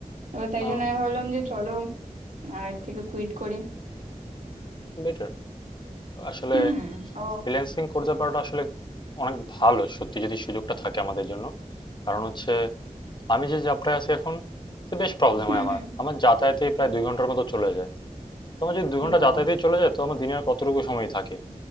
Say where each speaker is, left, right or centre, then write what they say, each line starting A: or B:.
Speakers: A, on the right; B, on the left.
A: এবার তাই
B: হ্যাঁ
A: জন্য আমি ভাবলাম যে চলো আর এর থেকে কুইট করি
B: বেটার আসলে
A: হুম ও
B: ফ্রিল্যান্সিং করতে পারাটা আসলে অনেক ভালো সত্যি যদি সুযোগটা থাকে আমাদের জন্য কারণ হচ্ছে আমি যে যাত্রায় আছি এখন তো বেশ প্রবলেম
A: হুম
B: হয় আমার
A: হুম
B: আমার যাতায়াতেই প্রায় দুই ঘন্টার মতো চলে যায় তো আমার যদি দুই ঘন্টা
A: এ বাবা
B: যাতায়াতেই চলে যায় তো আমার দিনের কতটুকু সময় থাকে